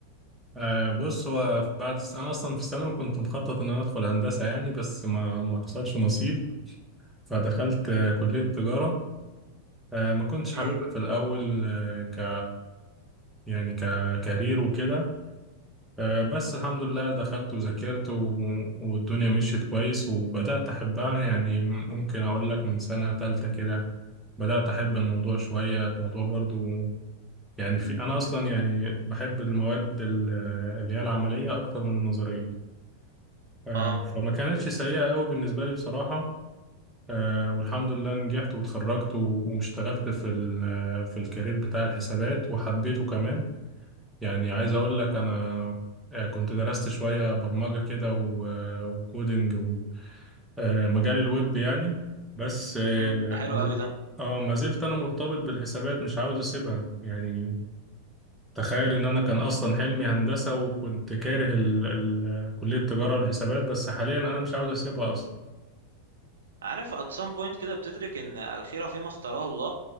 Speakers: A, in the centre; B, on the right.
A: آه، بص هو في- بعد الس- انا اصلا في الثانوي كنت مخطط ان انا ادخل هندسه يعني بس ما ما حصلش نصيب فدخلت آه، كليه تجاره آه، ما كنتش حاببها
B: امم
A: في الأول آه، ك يعني ككارير وكده آه، بس الحمد لله دخلت وذاكرت و... والدنيا مشيت كويس وبدأت أحبها يعني ممكن أقول لك من سنة تالتة كده بدأت أحب الموضوع شوية الموضوع برضو يعني في أنا أصلا يعني بحب المواد ال- اللي هي العملية أكتر من النظرية آه،
B: اه
A: فما كانتش سيئة قوي بالنسبة لي بصراحة آه، والحمد لله نجحت واتخرجت و- واشتغلت في ال- في الكارير بتاع الحسابات وحبيته كمان يعني عايز اقول لك انا آه، كنت درست شوية برمجة كده و- آه، وكودينج ومجال الويب يعني بس اه
B: امم ده حلو
A: ما
B: قوي ده
A: آه، ما زلت انا مرتبط بالحسابات مش عاوز اسيبها يعني تخيل ان انا كان اصلا حلمي هندسة وكنت كاره ال ال كلية التجارة والحسابات بس حاليا انا مش عاوز اسيبها
B: عارف at some point كده بتدرك ان الخيرة فيما اختاره الله